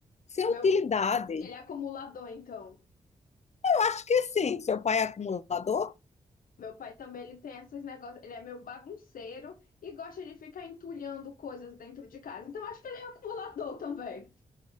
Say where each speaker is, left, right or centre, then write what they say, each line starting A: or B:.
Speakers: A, on the left; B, on the left.
A: sem
B: Meu,
A: utilidade.
B: ele é acumulador, então.
A: Acho que sim, seu pai é acumulador.
B: Meu pai também, ele tem esses negócios, ele é meio bagunceiro e gosta de ficar entulhando coisas dentro de casa. Então, acho que ele é acumulador também.